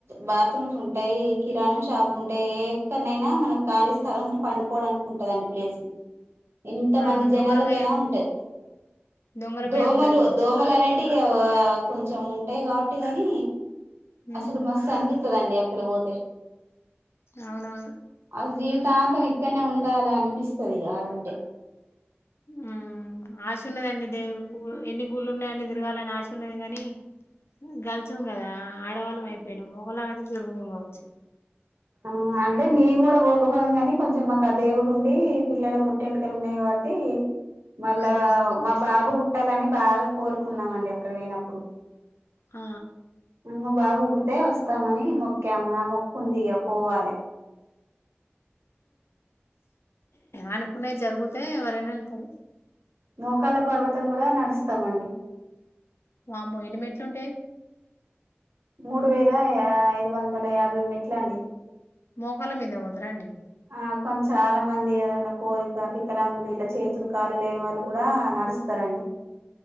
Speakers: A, on the right; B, on the left.
A: బాత్రూమ్స్ ఉంటాయి కిరాణం షాపులు ఉంటాయి ఎక్కడనైనా మన ఖాళ స్థలం పండుకో మనకుంటదండి ప్లేస్ ఎంత
B: ఆ
A: మంది జనాలకైనా
B: దొంగల భయం
A: ఉంటది
B: దొంగల
A: దోమలు
B: భయం ఉండదు కావచ్చు
A: దోమలు అనే అట్టిగా కొంచెం ఉంటాయి కాబట్టి గాని
B: ఉమ్,
A: అసలు మస్తు అనిపిస్తుందండి. ఇక్కడ పోతే
B: అవునవును
A: అస జీవితాంతం ఇక్కడనే ఉండాల అనిపిస్తుంది ఆడుంటే
B: ఆ ఆశ ఉన్నదండి దే ఎన్ని గుళ్ళు ఉన్నాయని తిరగాలని ఆశ ఉన్నది కానీ గర్ల్సము కదా ఆడవాళ్ళం అయిపోయినాం మొగలం అయితే తిరుగుదుం కావచ్చు
A: ఆ అంటే మేము కూడా పోకపోయిందు కానీ కొంచెం మాకు ఆ దేవుడు ఉండి పిల్లల పుట్టేంకలు ఉన్నాయి కాబ ట్టి మళ్ళా
B: అవును
A: మా బాబు పుట్టాలని బాగా కోరుకున్నామ అండి అక్కడ పోయినప్పుడు
B: ఆ
A: మా బాబు పుడితే వస్తామని మొక్కాము ఆ మొక్కుంది ఇక పోవాలే.
B: అనుకున్నాయి జరుగుతే ఎవరైనా వెళ్తారు.
A: మోకాల పర్వతం కూడా నడుస్తామండి.
B: వామ్మో ఎన్ని మెట్లుంటై?
A: మూడు వేల యా ఐదు వందల యాభై మెట్లండి.
B: మోకాళ్ళ మీదనే పోతర అండి
A: ఆ కానీ చాలా మంది ఏదన్న కోరి గా వికలాంగులు ఇట్లా చేతులు కాళ్ళు లేని వాళ్ళు గూడా నడుస్తారండి.